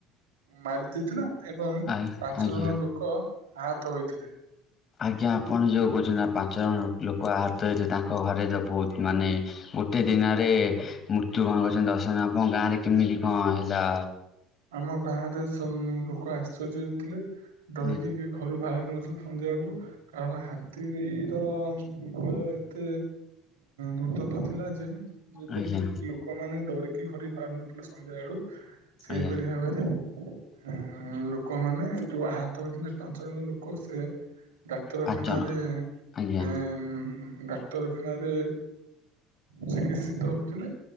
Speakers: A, on the right; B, on the left.
A: ମାରି ଦେଇଥିଲା। ଏବଂ
B: ଆଜ୍ଞା
A: ପାଞ୍ଚ
B: ଆଜ୍ଞା
A: ଜଣ ଲୋକ ଆହତ ହୋଇଥିଲେ।
B: ଆଜ୍ଞା ଆପଣ ଯେଉଁ କହୁଛନ୍ତି ଆ ପାଞ୍ଚ ଜଣ ଲୋକ ଆହତ ହେଇଥିଲେ ତାଙ୍କ ଘରେ ତ ବହୁତ ମାନେ ଗୋଟେ ଦିନରେ ମୃତ୍ୟୁ କଣ କରିଛନ୍ତି ଦଶ ଜଣ ଆପଣ ଗାଁରେ କେମିତି କଣ ହେଲା?
A: ଆମ ଗାଁରେ ସବ ଲୋକ ଆଶ୍ଚର୍ଯ୍ୟ ହେଉଥିଲେ ଡରିକି
B: ହୁଁ
A: କେ ଘରୁ ବାହାରୁ ନଥିଲେ ସନ୍ଧ୍ୟା ବେଳକୁ କାରଣ ହା ତିିର ଭୟ ଏତେ ଦୁର୍ଦ୍ଦନ୍ତ ଥିଲା ଯେ ଯେପରିକି
B: ଆଜ୍ଞା
A: ଲୋକମାନେ ଡରିକି ଘରେ ବାହାରୁ ନଥିଲେ ସନ୍ଧ୍ୟାବେଳୁ। ସେହିପରି
B: ଆଜ୍ଞା ଆଜ୍ଞା
A: ଭାବରେ ଆଁ ଲୋକମାନେ ଯୋଉ ଆହତ ହୋଇଥିଲେ ପାଞ୍ଚ ଜଣ ଲୋ କୋ ସେ ଡାକ୍ତରଖାନାରେ
B: ପାଞ୍ଚ ଜଣ ଆଜ୍ଞା
A: ଏଁ ଉଁମ୍ ଡାକ୍ତ କ୍ତର ଖାନାରେ ଚିକିତ୍ସିତ ହଉଥିଲେ।